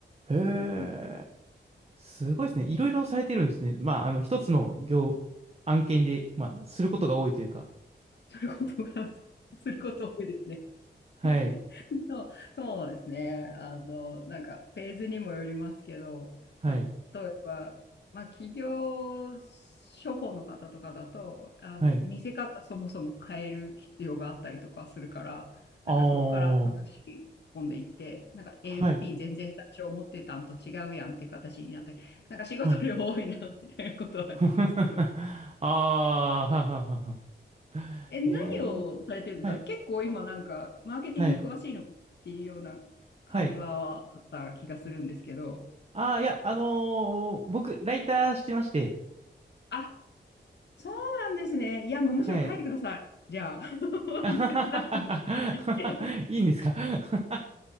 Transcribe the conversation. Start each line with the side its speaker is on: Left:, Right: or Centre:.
Right: へ
Left: うんうんうん。
Right: え、すごいですね。いろいろされてるんですね。まあ、あの、一つの業、案件で、まあ、することが多いというか。
Left: <laughs> することが、<laughs> すること多いですね。
Right: はい、
Left: <laughs> そう、そうですね。あの、なんかフェーズにもよりますけど、
Right: はい、
Left: 例えば、まあ、企業処方の方とかだと、あの、
Right: はい。
Left: 見せ方そもそも変える必要があったりとかするから、
Right: あ
Left: なんかそこから話し込んでいって、
Right: ー、
Left: なんか
Right: はい、
Left: LP 全然最初思ってたんと違うやんっていう形になって、なんか仕事量多いなみたいなことはありますけど。
Right: はい。<laughs> あー、はははは <laughs>
Left: え、何をされてるんですか結構今なんか、
Right: えー、はい、
Left: マーケティング詳しいのかっていうような会話はあった気がするんですけど。
Right: はい、はい。ああ、いや、あのー僕、ライターしてまして、
Left: あ、そうなんですね。いや、もうむしろ書いてください。
Right: はい。
Left: じゃあ、<laughs>
Right: <laughs> あははははいいんですか
Left: 手伝って。
Right: <laughs>